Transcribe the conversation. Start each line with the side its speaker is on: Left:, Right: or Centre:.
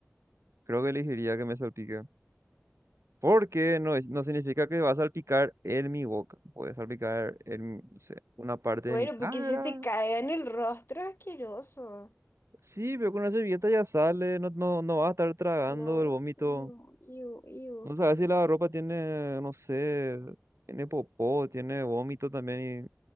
Right: creo que elegiría que me salpique. Porque no, es- no significa que va a salpicar en mi boca. Puede salpicar en, no sé, una parte
Left: Bueno,
Right: de mi cara.
Left: porque se te caiga en el rostro, asqueroso.
Right: Sí, pero con una servilleta ya sale. No, no, no vas a estar tragando
Left: No,
Right: el
Left: eh,
Right: vómito.
Left: iu, iu, iu.
Right: No sabes si la ropa tiene, no sé, tiene popó, tiene vómito también. Y